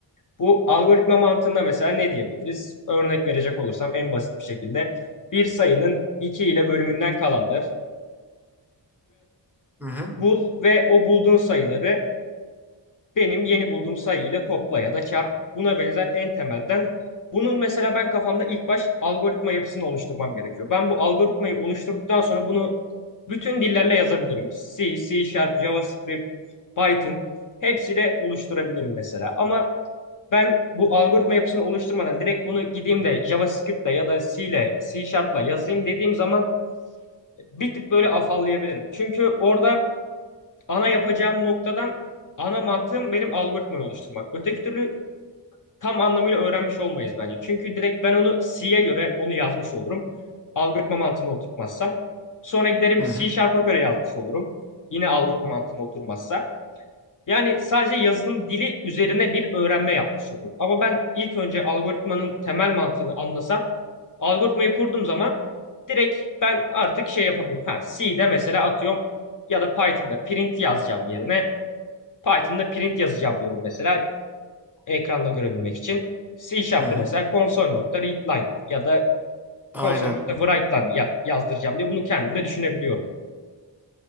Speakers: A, on the left; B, in the centre.
A: Bu algoritma mantığında mesela ne diyebiliriz? Örnek verecek olursam en basit bir şekilde bir sayının 2 ile bölümünden kalanları
B: Hı hı.
A: bul ve o bulduğun sayıları benim yeni bulduğum sayı ile topla ya da çarp buna benzer en temelden. Bunun mesela ben kafamda ilk baş algoritma yapısını oluşturmam gerekiyor. Ben bu algoritmayı oluşturduktan sonra bunu bütün dillerle yazabilirim. C, C Sharp, JavaScript, Python hepsiyle oluşturabilirim mesela. Ama ben bu algoritma yapısını oluşturmadan direkt bunu gideyim de JavaScript'le ya da C ile C Sharp'la yazayım dediğim zaman bir tık böyle afallayabilirim. Çünkü orada ana yapacağım noktadan ana mantığım benim algoritmayı oluşturmak. Öteki türlü tam anlamıyla öğrenmiş olmayız bence. Çünkü direkt ben onu C'ye göre onu yazmış olurum. Algoritma mantığını oturtmazsam. Sonra giderim
B: Hı
A: C
B: hı.
A: Sharp'a göre yazmış olurum. Yine algoritma mantığım oturmazsa. Yani sadece yazılım dili üzerine bir öğrenme yapmış olurum. Ama ben ilk önce algoritmanın temel mantığını anlasam, algoritmayı kurduğum zaman direkt ben artık şey yapabilirim. Ha, C'de mesela atıyorum ya da Python'da print yazacağım yerine Python'da print yazacağım diyorum mesela ekranda görebilmek için. C Sharp'ta
B: Hı hı.
A: mesela console.readline ya da
B: Aynen.
A: console.writeline ya yazdıracağım diye bunu kendim de düşünebiliyorum.